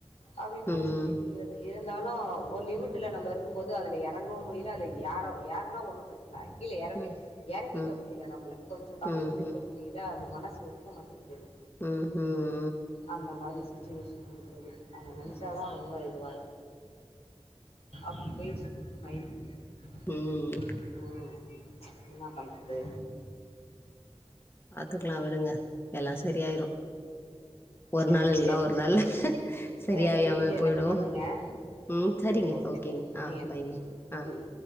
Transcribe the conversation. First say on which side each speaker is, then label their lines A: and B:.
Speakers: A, on the left (about 75°); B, on the left (about 20°).
A: அப்டின் மனச
B: ம்
A: தேத்திக்கிற இருந்தாலு ஒரு லிமிட்ல நம்ம இருக்கும் போது அதுல எறங்கவு முடியில அதுல ஏற ஏறுனா ஒன்னு பிர சன அது கீழ எறங்கு
B: ம் ம்
A: எறக்கிக்க
B: ம் ம்
A: முடியில நம்பள கொஞ்சொ கம்மி
B: ம்
A: பண்ணிக்க முடியில அது மனசு ஒ த்துக்க மாட்டேங்குது அது
B: ம் ஹீம்
A: அந்த மாறி சுச்சுவேஷனுன்றது அத நெனச்சாதா
B: ம்
A: ரொம்ப இதுவா இருக்கு அப்டி போயிட்டு இருக்கு <unintelligible>
B: ம்
A: ம் என்ன பண்றது
B: பாத்துக்குலா விடுங்க எல்லா சரியாயிரு ஒரு
A: சரி
B: நாள் இல்னா
A: சே
B: ஒரு நாள் சரியாகியாம
A: சரி நீங்கள் எனக்கு
B: போய்டு
A: பண்ணுங்க ஆ
B: ம் சரிங்க
A: சரி ஓகே
B: ஓகேங்க
A: தேங்க்ஸ்
B: ஆ
A: நீங்கள் எனக்கு
B: பாய்ங்க
A: பண்ணுங்க
B: ஆ
A: ம்